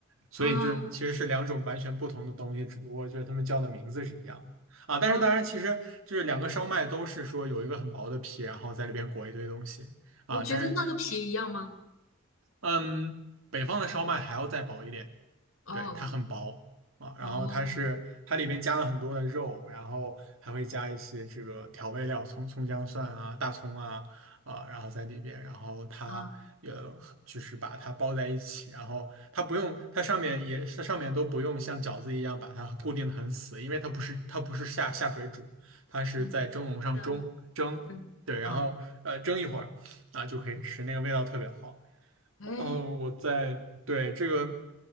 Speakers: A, on the right; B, on the left.
A: 所以就是其实是两种完全不同的东西，
B: 啊
A: 只不过就是他们叫的名字是一样的啊。
B: 啊，
A: 但是当然其实就是两个烧麦都是说有一个很薄的皮，然后在里边裹一堆东西啊，
B: 你觉得那个皮一样吗？
A: 但是嗯北方的烧麦还要再薄一点。
B: 哦
A: 对，它很薄啊，然后它是它里面加了很多的肉，
B: 哦
A: 然后还会加一些这个调味料，葱、葱姜蒜啊、大葱啊啊，然后在里边，然后它也
B: 啊
A: 就是把它包在一起，然后它不用，它上面也是上面都不用像饺子一样把它固定的很死，因为它不是它不是下下水煮，它是在蒸笼上蒸蒸，
B: 嗯，跟跟啊
A: 对，然后呃蒸一会儿啊就可以吃，
B: 啊，
A: 那个味道特别好。
B: 哎，
A: 嗯，我在，对，这个